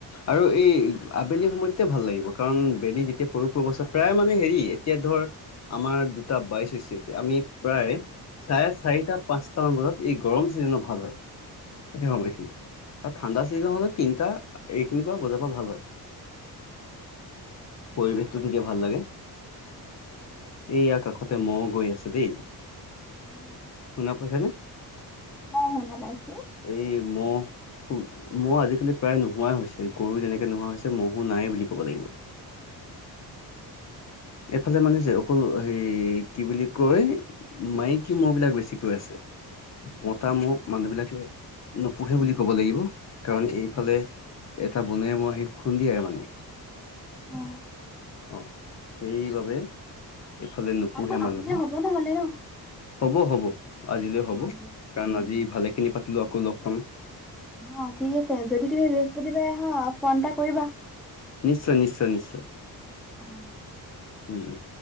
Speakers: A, on the left; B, in the centre.
A: আৰু এই আবেলি সময়তোতে ভাল লাগিব কাৰণ বেলি যেতিয়া পৰো পৰো অৱস্থাত হেয়াই মানে হেৰি এতিয়া ধৰ আমাৰ দুটা বাইছ হৈছে এতিয়া আমি প্ৰায় চাৰে চাৰিটা পাঁচটা মান বজাত এই গৰম চিজনত ভাল হয় সেই সময়খিনি আৰু ঠাণ্ডা চিজন হলে তিনিটা এইখিনি পা বজা পা ভাল হয় পৰিৱেশটো তেতিয়া ভাল লাগে এইয়া কাষতে ম'হ গৈ আছে দেই
B: উম
A: শুনা পইছা নে
B: অ শুনা পাইছো
A: এই মহ খুন মহ আজিকা কিন্তু প্ৰায় নোহোৱা হৈছে গৰু যেনেকে নোহোৱা হৈছে মহো নাই বুলি ক'ব লাগিব এফালে মানে যে অকল হে কি বুলি কয় মাইকী মহ বিলাক বেছিকৈ আছে মতা
B: উম
A: মহ মানুহবিলাকে নোপোহে বুলি ক'ব লাগিব কাৰণ এইফালে এটা বনৰীয়া মহে খুন্দিয়াই মানে
B: অ
A: অঁ সেইবাবে এইফালে নোপোহে
B: বাৰু
A: মানুহে
B: আজিলে হ'ব নহ'লে ন?
A: হ'ব হ'ব আজিলৈ হ'ব
B: অ', দিয়া।
A: কাৰণ
B: উম,
A: আজি ভালেখিনি পাতিলো আকৌ লগ পাম
B: অ ঠিক আছে যদি তুমি বৃহস্পতিবাৰে আহা ফোন এটা কৰিবা
A: নিশ্চয় নিশ্চয় নিশ্চয়
B: অ'।
A: উম উম